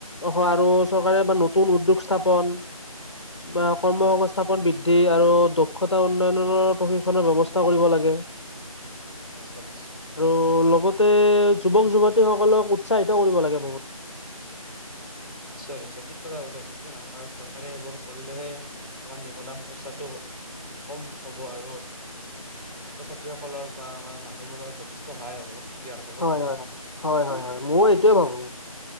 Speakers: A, on the left; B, on the right.
A: অসহাৰো চৰকাৰে নতুন উদ্যোগ স্থাপন। বা কৰ্মসংস্থাপ
B: অ
A: বৃদ্ধি আৰু দক্ষতা উন্নয়নৰ প্ৰশিক্ষণৰ ব্যৱস্থা কৰিব লাগে।
B: নিশ্চয় নিশ্চয়।
A: ত, লগতে যুৱক যুৱতী সকলক উৎসাহিত কৰিব লাগে বহুত।
B: নিশ্চয় নিশ্চয়, কি কথা কৈছা তুমি, আমাৰ চৰকাৰে এইবোৰ কৰিলেহে আমাৰ নিবনুৱা সমস্যা টো কম হ'ব আৰু। ছাত্ৰ-ছাত্ৰীসকলৰ বা আমাৰ মানুহবোৰৰ যথেষ্ট সহায় হ'ব। ইয়াৰ ফলত।
A: হয় হয় হয় হয় হয় হয়, মোৰ এইটোয়ে ভাবো।